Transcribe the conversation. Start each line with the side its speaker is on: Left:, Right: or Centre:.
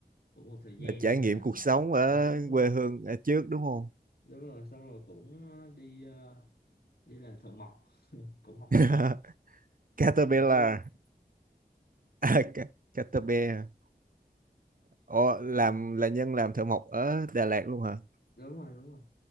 Left: cũng một thời gian
Right: là trải
Left: đi làm
Right: nghiệm cuộc
Left: ờ,
Right: sống ở
Left: đúng, đúng
Right: quê
Left: rồi
Right: hương ở trước đúng không
Left: đúng rồi xong rồi cũng ờ, đi ờ, đi làm thợ mộc cũng học
Right: <laughs>
Left: nghề mộc
Right: Caterpillar
Left: cũng vui
Right: à, ca- Caterpillar Ồ,
Left: đúng
Right: làm
Left: rồi
Right: là nhân làm thợ mộc ở Đà Lạt luôn hả <laughs>
Left: đúng rồi đúng rồi